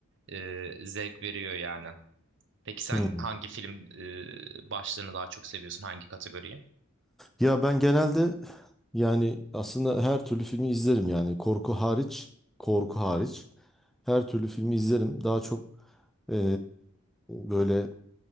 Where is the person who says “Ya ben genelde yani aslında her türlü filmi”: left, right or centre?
Centre